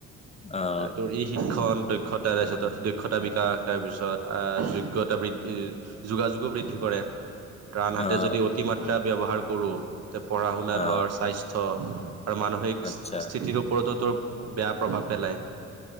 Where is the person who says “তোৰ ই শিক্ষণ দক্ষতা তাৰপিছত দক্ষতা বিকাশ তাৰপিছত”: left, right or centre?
Right